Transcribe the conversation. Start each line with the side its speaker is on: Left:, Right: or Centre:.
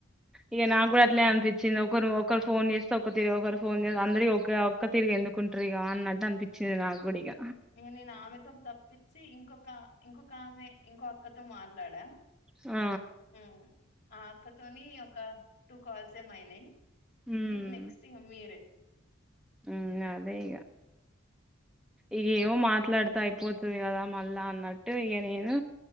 Centre: ఇగ నాకు కూడా అట్లే అనిపించింది ఒకరు ఒకరు ఫోన్ చేస్తే ఒక తిరి ఒకరు ఫోన్ అందరిక ఒక ఒక్క తిరిగి ఎందుకుంటారు ఇగ అన్నట్టు అనిపించింది నాకు కూడా ఇగ
Left: ఇగ నేను ఆమెతో తప్పించి ఇంకొక ఇంకొక ఆమె ఇంకోఅక్కతో మాట్లాడా
Centre: ఆ
Left: ఉమ్ ఆ అక్కతోని ఒక టూ కాల్స్ ఏమోయినాయి
Centre: ఉమ్
Left: ఇ నెక్స్ట్ మీరే
Centre: ఉమ్ అదే ఇగ ఇగా ఏమో మాట్లాడుత అయిపోతది కదా మళ్ళా అన్నట్టు ఇగ నేను